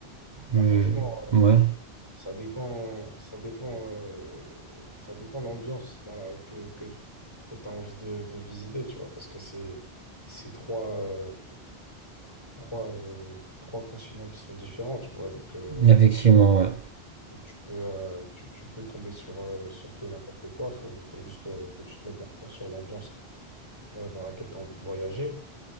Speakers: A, on the left; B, on the right.
A: Bah
B: Je-
A: franchement,
B: Ouais,
A: euh, ça dépend, ça dépend, euh, ça dépend l'ambiance dans la que, que, que tu as envie de, de visiter, tu vois, parce que c'est c'est trois, euh, trois, euh, trois continents qui sont différents, tu vois. Donc, euh,
B: effectivement ouais.
A: donc tu peux euh, tu, tu peux tomber sur euh, sur tout et n'importe quoi. Faut, faut juste euh, que tu te mettes d'accord sur l'ambiance euh, dans laquelle tu as envie de voyager.